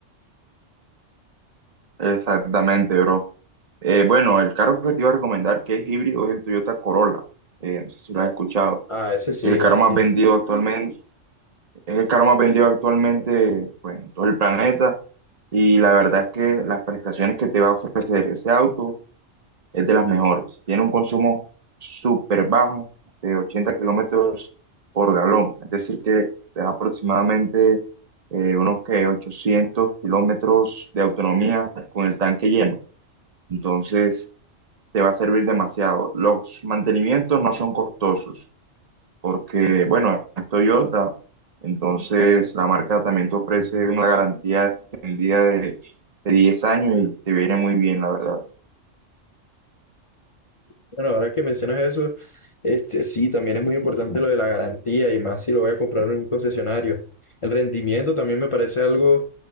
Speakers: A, on the right; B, on the left.
A: Exactamente, bro. Eh, bueno, el carro que te iba a recomendar que es híbrido es el Toyota Corolla. Eh, no sé si lo has escuchado.
B: Ah, ese sí,
A: El
B: ese
A: carro más
B: sí.
A: vendido actualmente, es el carro más vendido actualmente, pues, en todo el planeta. Y la verdad es que las prestaciones que te va a ofrecer ese auto es de las mejores. Tiene un consumo súper bajo de 80 kilómetros por galón, es decir, que te da aproximadamente eh, unos que 800 kilómetros de autonomía con el tanque lleno. Entonces, te va a servir demasiado. Los mantenimientos no son costosos porque, bueno, es Toyota, entonces la marca también te ofrece una garantía extendida de, de 10 años y te viene muy bien, la verdad.
B: Bueno, ahora que mencionas eso, este, sí, también es muy importante lo de la garantía y más si lo voy a comprar en un concesionario. El rendimiento también me parece algo,